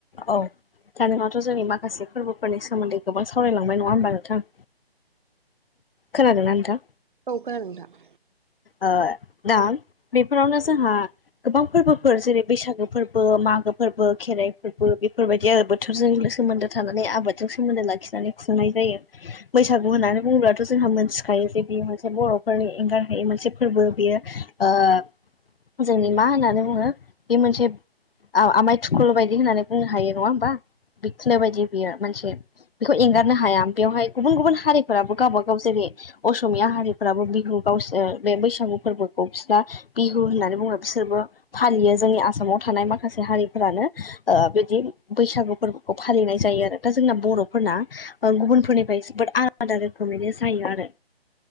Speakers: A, on the left (about 65°); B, on the right (about 55°).
A: औ दा नङाथ' जोंनि माखासे फोरबोफोरनि सोमोन्दै गोबां सावरायलांबाय नङा होमबा नोंथां खोनादोंना नोंथां
B: औ खोनादों नोंथां
A: ओ दा बेफोरावनो जोंहा गोबां फोरबोफोर जेरै बैसागु फोरबो मागो फोरबो खेराइ फोरबो बेफोरबायदि आरो बोथोरजों सोमोन्दो थानानै आबादजों सोमोन्दो लाखिनानै खुंनाय जायो। बैसागु होननानै बुङोबथ' जोंहा मोनथिखायो जे बियो मोनसे बर'फोरनि एंगार बे मोनसे फोरबो बेयो ओ जोंनि मा होननानै बुङो बे मोनसे आमाय थुखुलु बायदि होननानै बुंनो हायो नङा होमबा बिखनो बायदि बियो मोनसे एंगारनो बेवहाय गुबुन गुबुन हारिफोराबो गावबा गाव जेरै असमिया हारिफोराबो बिहु गावसोर बे बैसागु फोरबोखौ बिसना बिहु होननानै बुङो बिसोरबो फालियो जोंनि आसामाव थानाय माखासे हारिफोरानो ओ बिदि बैसागु फोर खौ फालिनाय जायो आरो दा जोंना बर'फोरना गुबुनफोरनिफ्राय जोबोद आलादा रोखोमैनो जायो आरो